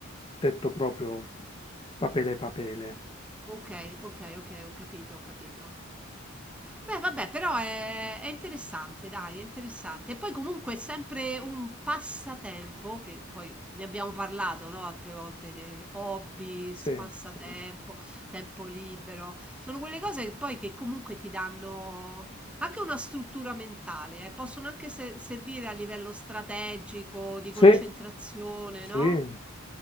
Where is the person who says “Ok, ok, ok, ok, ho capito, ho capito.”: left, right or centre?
Centre